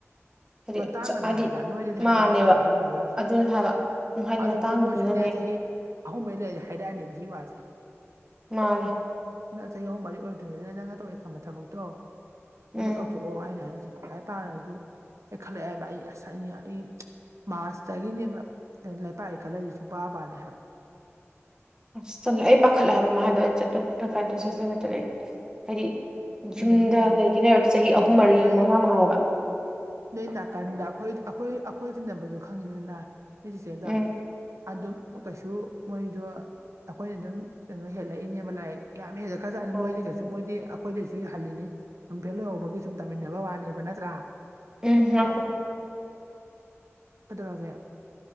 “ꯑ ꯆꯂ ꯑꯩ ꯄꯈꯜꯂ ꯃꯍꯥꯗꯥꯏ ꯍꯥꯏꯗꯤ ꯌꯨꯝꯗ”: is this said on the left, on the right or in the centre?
Right